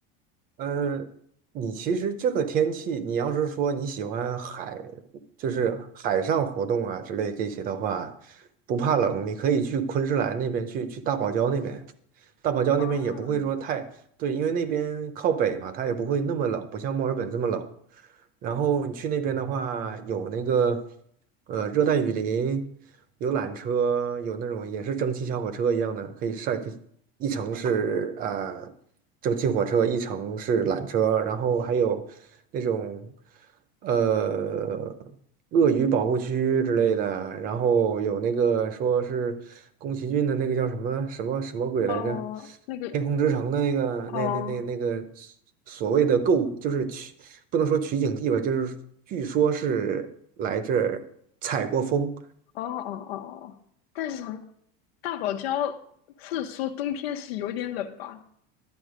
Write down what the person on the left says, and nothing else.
啊，
哦，那个，
哦，
哦哦哦哦，但是好像大堡礁是说冬天是有点冷吧？